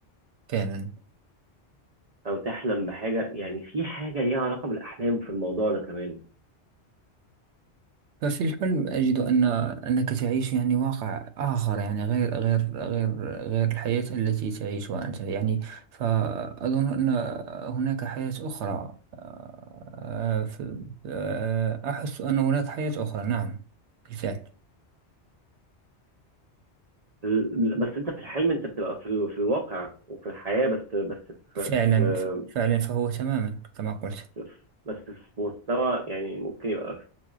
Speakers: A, on the right; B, on the right.
A: فعلا
B: أو تحلم بحاجة يعني في حاجة ليها علاقة بالأحلام في الموضوع ده كمان
A: ففي الحلم أجد أن أنك تعيش يعني واقع آخر يعني غير غير غير غير الحياة التي تعيشها أنت يعني فأظن أن هناك حياة أخرى آه، ف- آه، أحس أن هناك حياة أخرى نعم بالفعل
B: ال- بس انت في الحلم انت بتبقى في, ال... في الواقع وفي الحياة بس بس في...
A: فعلا
B: في...
A: فعلا فهو تماما كما قلت
B: في... بس في مستوى يعني ممكن يبقى